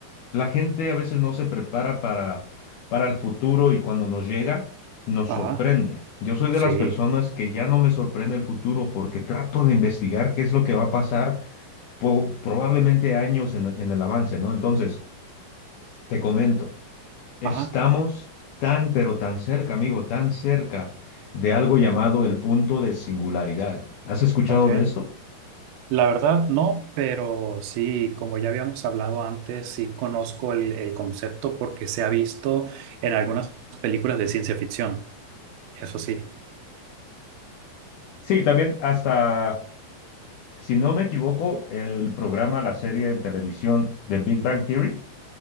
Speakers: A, on the left (about 85°); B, on the right (about 85°).
A: la gente a veces no se prepara para, para el futuro y cuando nos llega nos
B: ajá,
A: sorprende. Yo soy
B: sí,
A: de las personas que ya no me sorprende el futuro porque trato de investigar qué es lo que va a pasar po- probablemente años en en el avance, ¿no? Entonces, te comento. Estamos
B: ajá,
A: tan, pero tan cerca, amigo, tan cerca de algo llamado el punto de singularidad. ¿Has escuchado
B: ok.
A: de esto?
B: La verdad, no, pero sí, como ya habíamos hablado antes, sí conozco el, el concepto porque se ha visto en algunas películas de ciencia ficción. Eso sí,
A: Sí, también hasta, si no me equivoco, el programa, la serie en televisión de Big Bang Theory,